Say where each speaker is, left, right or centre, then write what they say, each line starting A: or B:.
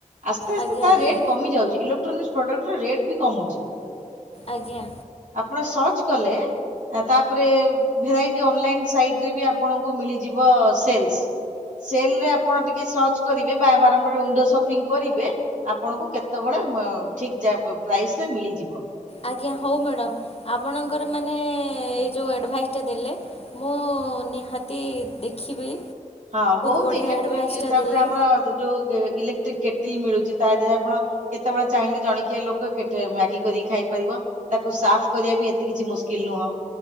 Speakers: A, on the right; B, on the left.
A: ଆସ୍ତେ ଆସ୍ତେ
B: ଆଜ୍ଞା
A: ତା
B: ଆଜ୍ଞା
A: ରେଟ୍ କମି ଯାଉଛି ଇଲେକ୍ଟ୍ରୋନିକ୍ସ ପ୍ରଡକ୍ଟର ରେଟ୍ ବି କମୁଛି।
B: ଆଜ୍ଞା।
A: ଆପଣ ସର୍ଚ୍ଚ କଲେ। ତାପରେ ଭେରାଇଟି ଅନଲାଇନ ସାଇଟ ରେ ବି ଆପଣଙ୍କୁ ମିଳିଯିବ ସେଲସ୍। ସେଲ୍ ରେ ଆପଣ ଟିକେ ସର୍ଚ୍ଚ କରିବେ ବା ବାରମ୍ବାର ୱିଣ୍ଡୋ ସପିଙ୍ଗ କରିବେ। ଆପଣଙ୍କୁ କେତେବେଳେ ମ ଠିକ ଜା ପ୍ରାଇସରେ ମିଳିଯିବ।
B: ଆଜ୍ଞା ହଉ ମ୍ୟାଡ଼ମ୍ ଆପଣଙ୍କର ମାନେ ଏଇ ଯୋଉ ଆଡ଼ଭାଇଜ୍ଜ୍ ଟା ଦେଲେ। ମୁଁ ନିହାତି ଦେଖିବି।
A: ହଁ ବହୁତ
B: ବଢ଼ିଆ
A: ଇଲେକ୍ଟ୍ରି
B: ଆଡ଼ଭାଇସ୍ଟା
A: ତାପରେ
B: ଦେଲେ
A: ଆମର ଯୋଉ ଇଲେକ୍ଟ୍ରିକ କେଟିଲ୍ ମିଳୁଛି ତା ଦେହରେ ଆପଣ। କେତେବେଳେ ଚାହିଁଲେ ଜଣ କିିଆ ଲୋକ କେତେ ମ୍ୟାଗି କରିକି ଖାଇପାରିବ। ତାକୁ ସାଫ୍ କରିବା ବି ଏତେ କିଛି ମୁସ୍କିଲ୍ ନୁହଁ।